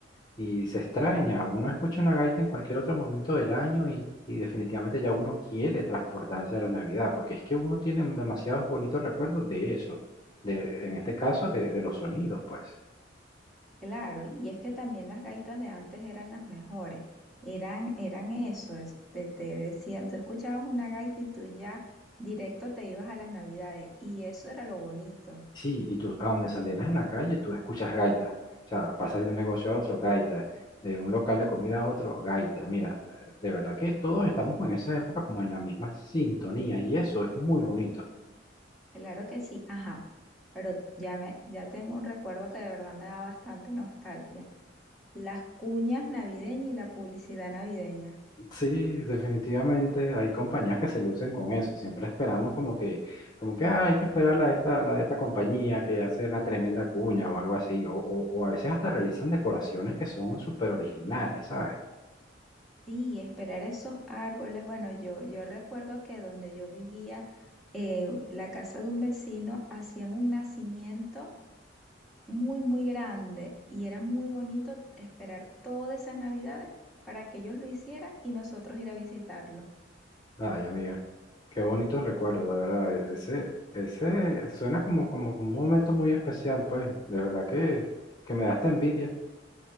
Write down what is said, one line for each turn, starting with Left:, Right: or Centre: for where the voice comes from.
Left: y se extraña. Uno escucha una gaita en cualquier otro momento del año y, y definitivamente ya uno quiere transportarse a la Navidad, porque es que uno tiene demasiados bonitos recuerdos de eso, de, en este caso de, de los sonidos, pues.
Centre: Claro, y es que también las gaitas de antes eran las mejores, eran, eran eso, es- te, te decían, tú escuchabas una gaita y tú ya directo te ibas a las Navidades, y eso era lo bonito.
Left: Sí, y tú a donde salieras en la calle, tú escuchas gaita. O sea, pasas de un negocio a otro, gaita. De un local de comida a otro, gaita. Mira, de verdad que todos estamos en esa época como en la misma sintonía y eso es muy bonito.
Centre: Claro que sí, ajá. Pero ya me, ya tengo un recuerdo que de verdad me da bastante nostalgia. Las cuñas navideñas y la publicidad navideña.
Left: Sí, definitivamente hay compañías que se lucen con eso. Siempre esperamos como que, como que "Ah, hay que esperar la de esta, la de esta compañía que hace una tremenda cuña o algo así. O, o, o a veces hasta realizan decoraciones que son súper originales, ¿sabes?
Centre: Sí, esperar esos árboles. Bueno, yo, yo recuerdo que donde yo vivía, eh, la casa de un vecino hacían un nacimiento muy, muy grande y era muy bonito esperar todas esas navidades para que ellos lo hicieran y nosotros ir a visitarlo.
Left: Ay, amiga, qué bonito recuerdo, de verdad. e- Ese, ese suena como, como, como un momento muy especial, pues. De verdad que, que me da hasta envidia.